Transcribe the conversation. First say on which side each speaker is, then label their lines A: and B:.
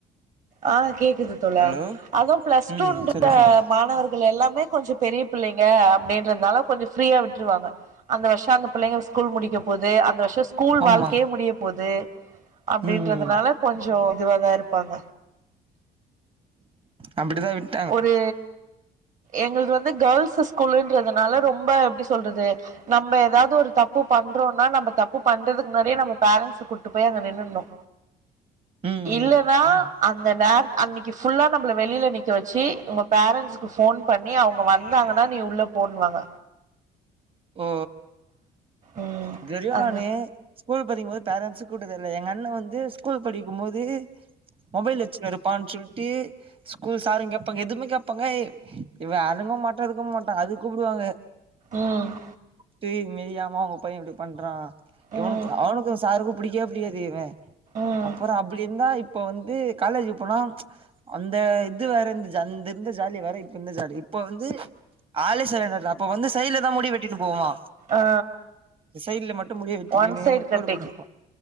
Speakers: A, on the right; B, on the right.
A: ஆ கேக்குது தோழா
B: ஹலோ
A: அதா ப்ளஸ்
B: ம்
A: டூன்ற
B: சொல்லு சொல்லு
A: மாணவர் கள் எல்லாமே கொஞ்சோ பெரிய பிள்ளைங்க அப்டின்றத்னால கொஞ்சோ ஃப்ரீயா விட்ருவாங்க அந்த வர்ஷோ அந்த பிள்ளைங்க ஸ்கூல் முடிக்க போது அந்த வர்ஷோ ஸ் கூல்
B: ஆமா
A: வாழ்க்கயே முடிய போது அப்டின்றதுனால
B: ம்
A: கொஞ்சோ இதுவாதா இருப்பாங்க
B: அப்படிதா விட்
A: ஒரு எங்குள்து வந்து கேள்ஸு ஸ் கூலுன்றதுனால ரொம்ப எப்டி சொல்றது நம்ப எதாவ்து ஒரு தப்பு பண்றோனா நம்ப தப்பு பண்றதுக்கு முன்னாடியே நம்ப பேரண்ஸு கூட்டு போய் அங்க நின்னுன்னோ
B: ம்
A: இல்லனா
B: ம்
A: அந்த நேரத் அன்னிக்கி ஃபுல்லா நம்பள வெளில நிக் க வெச்சி உங்க பேரண்ட்ஸுக்கு ஃபோன் பண்ணி அவுங்க வந்தாங்கனா நீ உள்ள போனுவாங்க
B: ஓ
A: ம்
B: இதுவெரியு
A: அந்த
B: நானு ஸ்கூல் படிக்ம்போத் பேரண்ஸு கூட்டது இல்ல எங்க அண்ண வந்து ஸ்கூல் படிக்கும்மோது மொபைல் வெச்சுன் இருப்பான் சொல்ட்டு ஸ்கூல் சாருங் கேப்பாங்க எதுவுமே கேப்பாங்க எ இவ அடங்கவு மாட்டா எதுக்கு மாட்டா அதுக் கூப்டுவாங்க
A: ம்
B: பேய் மேரியாம உங்க பைய இப்டி பண்றா இவனுக்
A: ம்
B: அவுனுக்கு சாருக்கு பிடிக்கவே பிடிக்காது இவே
A: ம்
B: அப்பறோ அப்படி இந்தா இப்ப வந்து காலேஜு போனா அந்த இது வேற இந்த ஜா அந்த இந்த ஜாலி வேற இப்ப இந்த ஜாலி இப்ப வந்து ஆளே சைலேன்ட்டாய்டா அப்ப வந்து சைட்ல தா முடி வெட்டிட்டு போவா
A: ஆ
B: இத் சைட்ல மட்டு முடிய வெட்டிக்கினு
A: ஒன் சைடு
B: கோடு
A: கட்டிங்
B: போட்னுருப்பா